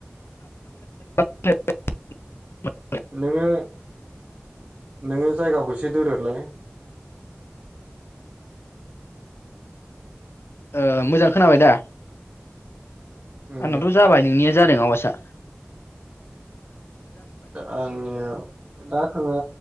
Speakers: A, on the left (about 70°); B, on the right (about 35°).
A: <unintelligible>
B: नोङो नोङो जायगाखौै एसे दोरोदलाय
A: ओ मोजां खोनाबाय दा
B: उम
A: आंनाथ' जाबाय नोंनिया जादों आवासा
B: आङो दा खोना